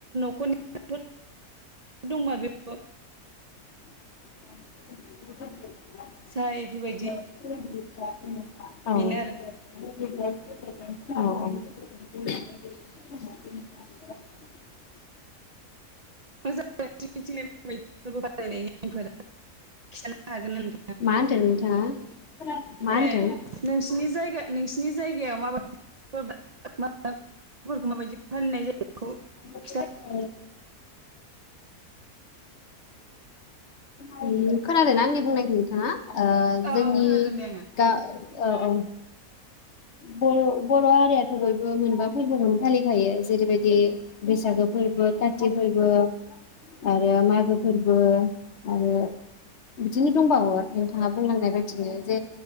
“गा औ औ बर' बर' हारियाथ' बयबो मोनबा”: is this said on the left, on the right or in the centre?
Left